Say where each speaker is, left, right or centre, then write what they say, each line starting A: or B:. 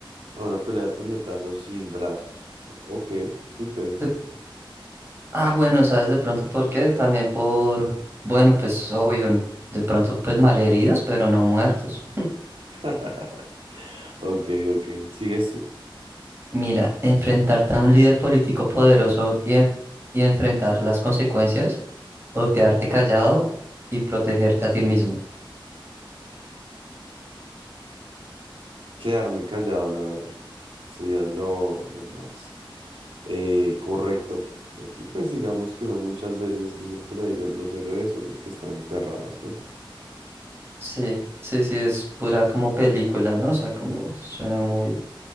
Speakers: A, on the right; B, on the right.
A: a una pelea de puñetazos sin brazos. O sea, ok, interesante.
B: De- Ah, bueno, ¿sabes de pronto por qué? También por... Bueno, pues obvio, de pronto pues malheridos, pero no muertos.
A: <laughs> Ok, ok, sigues tú.
B: Mira, enfrentarte a un líder político poderoso y, en- y enfrentar las consecuencias o quedarte callado y protegerte a ti mismo.
A: Quedarme callado, la verdad. Sería lo, lo más eh, correcto. Aquí pues digamos que uno muchas veces dicen por ahí lo- los, héroes son los que están enterrados, ¿no?
B: Sí, sí, sí, es pura como película, ¿no? O sea, como suena muy